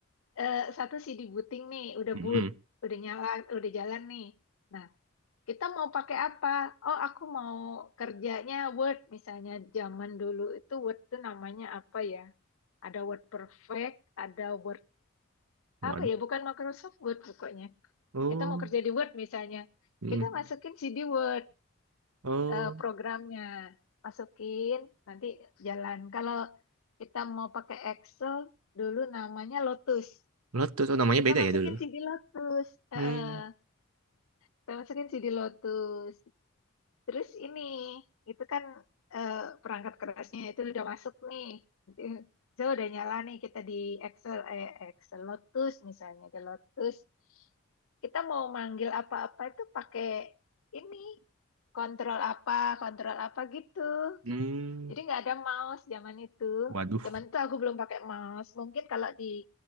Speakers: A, on the left; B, on the right.
A: eh, satu CD booting nih, udah
B: Mm-mm.
A: boot, udah nyala, udah jalan nih. Nah, kita mau pakai apa? Oh, aku mau kerjanya Word misalnya. Zaman dulu itu Word tuh namanya apa ya? Ada Word Perfect, ada Word
B: Waduh.
A: apa ya? Bukan Microsoft Word pokoknya.
B: Oh.
A: Kita mau kerja di Word misalnya.
B: Mm.
A: Kita masukin CD Word.
B: Oh.
A: eh, programnya masukin nanti jalan kalau kita mau pakai Excel dulu namanya Lotus
B: Bluetooth. Oh, namanya
A: kita
B: beda
A: masukin
B: ya dulu.
A: CD Lotus Eh,
B: Hmm.
A: eh, kita masukin CD Lotus terus ini itu kan eh, perangkat kerasnya itu udah masuk nih nanti saya udah nyala nih kita di Excel eh Excel Lotus misalnya di Lotus kita mau manggil apa-apa itu pakai ini kontrol apa kontrol apa gitu
B: Hmm.
A: jadi nggak ada mouse zaman itu.
B: Waduh.
A: Zaman itu aku belum pakai mouse. Mungkin kalau di